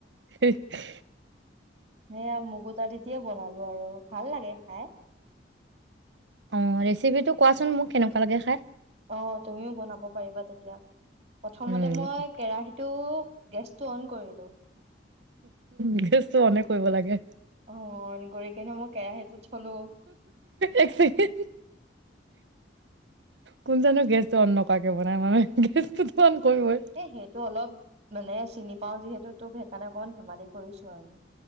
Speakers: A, on the right; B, on the right.
A: <unintelligible>
B: সেইয়া মগু দালি দিয়ে বনালোঁ আৰু ভাল লাগে খায়।
A: অ', ৰেচিপিটো কোৱাচোন মোক কেনেকুৱা লাগে খায়।
B: অ', তুমিও বনাব পাৰিবা তেতিয়া। প্ৰথমতে
A: উম,
B: মই কেৰাহীটো গেছটো অন কৰিলো
A: গেছটো অন এ, কৰিব লাগে
B: অ অন কৰি কিনে মই কেৰাহীটো থলো
A: এক ছেকেণ্ড কোন জানো গেছটো অন নকৰাকে বনাই মানে গেছটোতো অন কৰিবই।
B: এ, সেইটো অলপ মানে চিনি পাওঁ যিহেতু তোক সেইকাৰণে অকণমান ধেমালি কৰিছো আৰু।